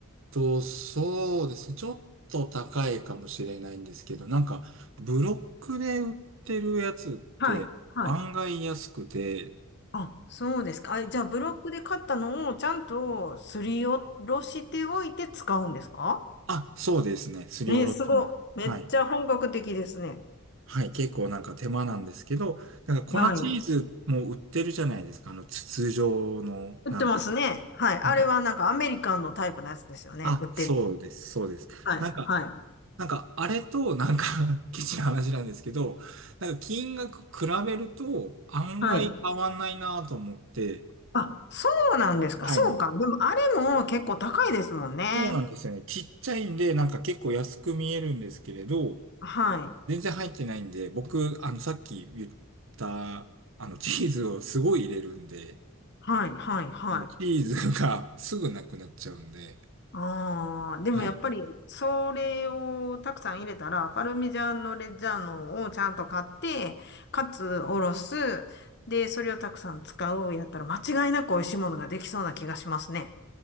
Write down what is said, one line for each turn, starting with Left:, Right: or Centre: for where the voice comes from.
Right: と、そうですね。ちょっと高いかもしれないんですけど、なんか、ブロックで売ってるやつって案外安くて、
Left: はい、はい。あ、そうですか。あ、じゃあ、ブロックで買ったのをちゃんとすりおろしておいて使うんですか
Right: あ、そうですね。すりおろします。
Left: ええすごい。めっちゃ本格的ですね。
Right: はい。はい、結構なんか手間なんですけど、なんか粉チーズも売ってるじゃないですか、
Left: はい。
Right: あの筒状の、
Left: 売ってますね。
Right: なんか、
Left: はい。あれはなんかアメリカンのタイプのやつですよね。
Right: なんか、あ、
Left: 売ってる。
Right: そうです、そうです。
Left: はい。
Right: なんか、
Left: はい。
Right: なんか、あれと、なんか <laughs> ケチな <laughs> 話なんですけど、なんか金額比べると案外変わんないなと思って、
Left: はい。あ、そうなんですか。
Right: はい、
Left: そうか。
Right: なんか、
Left: でもあれも結構高いですもんね。
Right: そうなんですよね。ちっちゃいんで、なんか結構安く見えるんですけれど、
Left: はい。
Right: 全然入ってないんで、僕、あの、さっき言った、あの、チーズをすごい入れるんで、
Left: はい。はい。はい。
Right: あの、チーズが <laughs> すぐなくなっちゃうんで、
Left: ああ、でもやっぱり、
Right: はい。い
Left: それをたくさん入れたら、パルミジャーノ・レッジャーノをちゃんと買って、かつおろす。で、それをたくさん使うやったら、間違いなく美味しいものができそうな気がしますね。